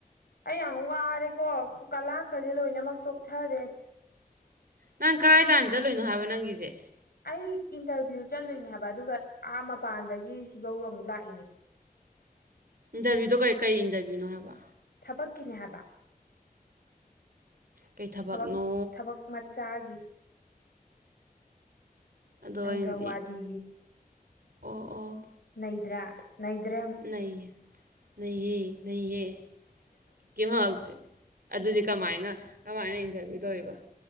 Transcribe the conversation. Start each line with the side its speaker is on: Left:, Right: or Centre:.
Left: ꯑꯩ ꯌꯥꯝ ꯋꯥꯔꯦꯀꯣ ꯀ ꯂꯥꯛꯀꯁꯦ ꯂꯣꯏꯅꯃꯛ ꯆꯣꯛꯊꯔꯦ
Right: ꯅꯪ ꯀꯗꯥꯥꯏ ꯇꯥꯟꯅ ꯆꯠꯂꯣꯏꯅꯣ ꯍꯥꯏꯕ ꯅꯪꯒꯤꯁꯦ
Left: ꯑꯩ ꯏꯟꯇꯔꯚꯤꯌꯨ ꯆꯠꯂꯨꯏꯅꯦ ꯍꯥꯏꯕ ꯑꯗꯨꯒ ꯑꯥ ꯃꯄꯥꯟꯗꯒꯤ ꯁꯤꯐꯧ ꯑꯃꯨꯛ ꯂꯥꯛꯏꯅꯦ
Right: ꯏꯟꯇꯔꯚꯤꯌꯨꯗꯣ ꯀꯩ ꯀꯩ ꯏꯟꯇꯔꯕꯚꯤꯌꯨꯅꯣ ꯍꯥꯏꯕ
Left: ꯊꯕꯛꯀꯤꯅꯦ ꯍꯥꯏꯕ
Right: ꯀꯩ ꯊꯕꯛꯅꯣ
Left: ꯊ ꯊꯕꯛ ꯆꯥꯒꯤ
Right: ꯑꯗꯣ
Left: ꯑꯪꯒꯋꯥꯗꯤꯒꯤ
Right: ꯑꯩꯅꯗꯤ ꯑꯣ ꯑꯣ
Left: ꯅꯩꯗ꯭ꯔꯥ ꯅꯩꯗ꯭ꯔꯥꯌꯦꯡꯉꯨ
Right: ꯅꯩ ꯅꯩꯌꯦ ꯅꯩꯌꯦ ꯀꯩꯝ ꯍꯡꯉꯛ ꯑꯗꯨꯗꯤ ꯀꯃꯥꯏꯅ ꯀꯃꯥꯏꯅ ꯏꯟꯇꯔꯚꯤꯌꯨ ꯇꯧꯔꯤꯕ